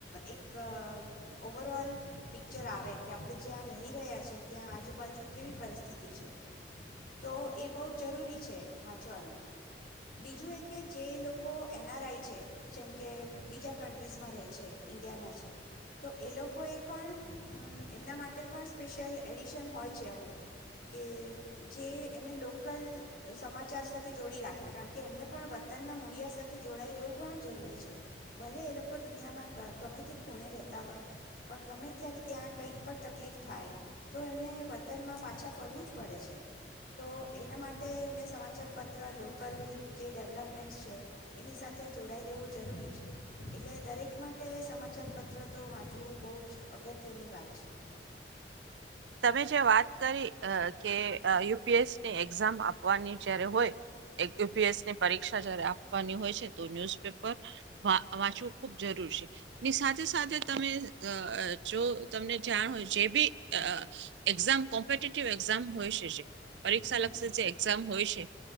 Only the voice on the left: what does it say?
એક ઓવરઓલ પિક્ચર આવે કે આપણે જ્યાં રહી રહ્યા છે, ત્યાં આજુબાજુ કેવી પરિસ્થિતિ છે, તો એ બહુ જ જરૂરી છે, વાંચવાનું બીજું એ કે જે લોકો એનઆરઆઈ છે, જેમ કે બીજા કન્ટ્રીઝમાં રહે છે ઇન્ડિયાના છે, તો એ લોકોએ પણ એમના માટે માટે પણ સ્પેશિયલ એડિશન હોય છે અમુક કે જે એમને લોકલ સમાચાર સાથે જોડી રાખે કારણ કે એમણે પણ વતનના મૂળિયા સાથે જોડાઈ રહેવું ઘણું જરૂરી છે, ભલે એ લોકો દુનિયામાં ગમે તે ખૂણે રહેતા હોય, પણ ગમે ત્યારે ત્યાં કંઈ પણ. તકલીફ થાય તો એમણે વતનમાં પાછા. ફરવું જ પડે છે તો એના માટે માટે એમને સમાચારપત્ર લોકલ જે ડેવલપમેન્ટ્સ છે એની સાથે જોડાઈ રહેવું જરૂરી છે. એટલે દરેક માટે સમાચારપત્ર તો વાંચવું બહુ જ અગત્યની વાત છે.
હમ